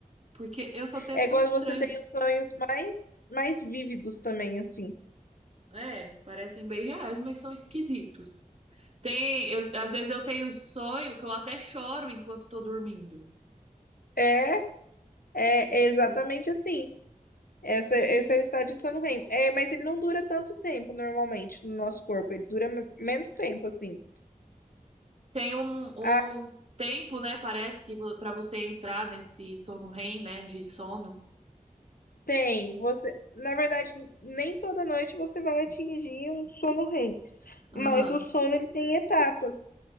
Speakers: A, on the right; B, on the left.
A: porque eu só tenho
B: É
A: sonho
B: quando
A: estranho.
B: você tem os sonhos mais, mais vívidos também, assim.
A: É, parecem bem reais, mas são esquisitos. Tem, eu- às vezes eu tenho um sonho que eu até choro enquanto tô dormindo.
B: É, é exatamente
A: Tipo,
B: assim. Essa,
A: gente,
B: esse é o estado de sono REM. É, mas ele não dura tanto tempo normalmente no nosso corpo. Ele dura me- menos tempo, assim.
A: tem um, um
B: Ah,
A: tempo, né? Parece que vo- pra você entrar nesse sono REM, né, de sono.
B: tem. Você, na verdade, nem toda noite você vai atingir um sono REM.
A: Aham.
B: Mas o sono ele tem etapas.